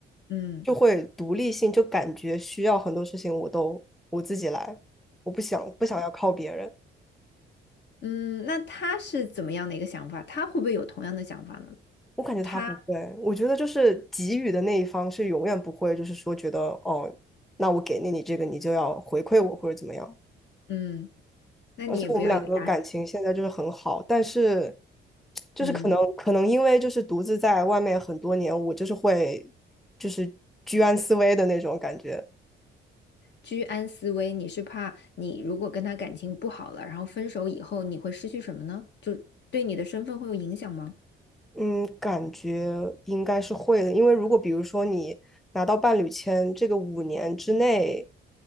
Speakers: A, on the left; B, in the centre.
A: 嗯
B: 就会独立性，就感觉需要很多事情我都我自己来，我不想不想要靠别人。
A: 嗯，那他是怎么样的一个想法？他会不会有同样的想法呢？
B: 我感觉他不会，
A: 他
B: 我觉得就是给予的那一方是永远不会，就是说觉得哦，那我给了你这个，你就要回馈我或者怎么样。
A: 嗯，那你也不要有压力，
B: 而且我们两个感情现在就是很好，但是就是可能可能因为就是独自在外面很多年，
A: 嗯，
B: 我就是会就是居安思危的那种感觉。
A: 居安思危，你是怕你如果跟他感情不好了，然后分手以后你会失去什么呢？就对你的身份会有影响吗？
B: 嗯，感觉应该是会的，因为如果比如说你拿到伴侣签，这个五年之内